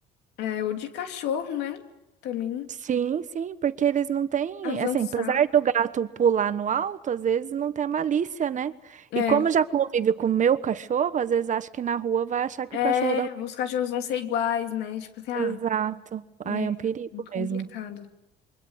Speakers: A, on the left; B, on the right.
A: É, é o de cachorro, né? Também
B: Sim, sim, porque eles não têm,
A: avançar.
B: assim, apesar do gato pular no alto, às vezes não tem a malícia, né?
A: É,
B: E como já convive com o meu cachorro, às vezes acha que na rua vai achar que
A: é,
B: o cachorro da rua.
A: os cachorros vão ser iguais, né? Tipo assim, ah.
B: Exato. Ai,
A: É
B: é um perigo
A: muito complicado.
B: mesmo.